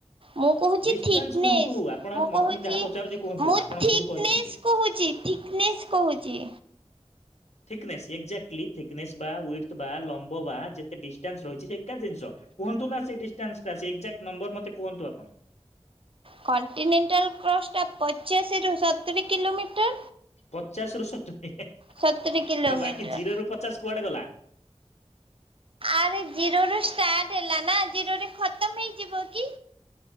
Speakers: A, on the right; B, on the left.
A: ମୁଁ କହୁଛି
B: ଡିଷ୍ଟାନ୍ସ
A: ଥିକନେସ୍,
B: କୁହନ୍ତୁ ଆପଣ
A: ମୁଁ
B: ମତେ
A: କହୁଛି
B: ଯାହା ପଚାରୁଛି କୁହନ୍ତୁ
A: ମୁଁ
B: ଆପଣ
A: ଥିକନେସ୍
B: ଭୁଲ କହିଛନ୍ତି
A: କହୁଛି ଥିକ୍ ନିସ୍ କହୁଚି।
B: Thickness exactly thickness ବା ଉଇଡଥ ବା ଲମ୍ବ ବା ଯେତେ ଡିଷ୍ଟାନ୍ସ୍ ରହିଛି ଏକା ଜିନିଷ କୁହନ୍ତୁ ନା ସେ ଡିଷ୍ଟାନ୍ସ ଟା ସେ ଏଜାକ୍ଟ ନମ୍ବର ମତେ କୁହନ୍ତୁ ଆପଣ
A: କଣ୍ଟିନେଣ୍ଟାଲ କ୍ରସ୍ଟା ପଚାଶ୍ ରୁ ସତୁରି କିଲୋମିଟର।
B: ପଚାଶରୁ ସତୁରି ଅ <unintelligible>
A: ସତୁରି କିଲୋମିଟର
B: ବାକି ଜିରୋ ରୁ ପଚାଶ୍ କୁଆଡ଼େ ଗଲା?
A: ଆରେ ଜିରୋ ରୁ ଷ୍ଟାର୍ଟ ହେଲା ନା ଜିରୋରେ ଖତମ୍ ହେଇଯିବ କି?